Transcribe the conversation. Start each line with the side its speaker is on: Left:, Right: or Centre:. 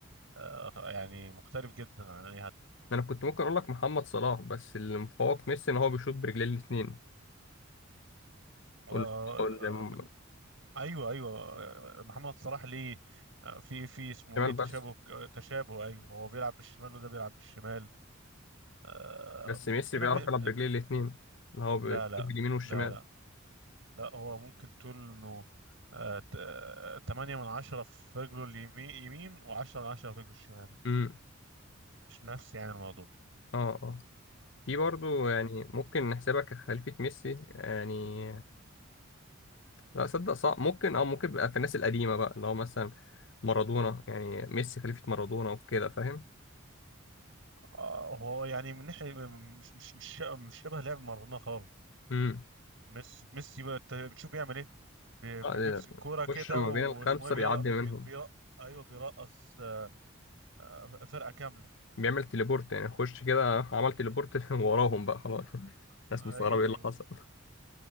Right: آه، يعني مختلف جدا عن أي حد
Left: أنا كنت ممكن أقول لك محمد صلاح بس اللي مفوق ميسي إن هو بيشوط برجليه الاتنين
Right: آه،
Left: وال- والشمال
Right: آه، أيوه أيوه آه، محمد صلاح ليه آه، في في اسمه ايه تشابه
Left: بس
Right: آه، تشابه ايوه هو بيلعب بالشمال وده بيلعب بالشمال آه،
Left: بس
Right: مشكلة
Left: ميسي بيعرف
Right: م...
Left: يلعب برجليه الاتنين إن هو بيجيب
Right: لا لا
Left: اليمين والشمال
Right: لا لا لا هو ممكن تقول انه آه، ت- آه، تمانية من عشرة في رجله اليمين يمين وعشرة من عشرة في رجله الشمال
Left: امم
Right: مش نفسي يعني الموضوع
Left: اه اه في برضه يعني ممكن نحسبها كخليفة ميسي يعني لا صدق صعب ممكن اه ممكن بقى في الناس القديمة بقى اللي هو مثلا مارادونا يعني ميسي خليفة مارادونا وكده فاهم
Right: آه، هو يعني من ناحية مش مش مش مش شبه لعب مارادونا خالص
Left: امم
Right: ميسي ميسي بقى انت بتشوف بيعمل ايه بي-
Left: آه،
Right: بي-
Left: ده-
Right: بيمسك كورة كده
Left: خش ما
Right: واسمه
Left: بين الخمسة
Right: ايه بيرق
Left: بيعدي
Right: بي-
Left: منهم
Right: بي- بيرق ايوه بيرقص آه، فرقة كاملة
Left: بيعمل تليبورت يعني خش كده عمل تليبورت <laughs> وراهم بقى خلاص
Right: آه،
Left: <laughs> الناس مستغربة
Right: ايوه
Left: ايه
Right: ايوه
Left: اللي حصل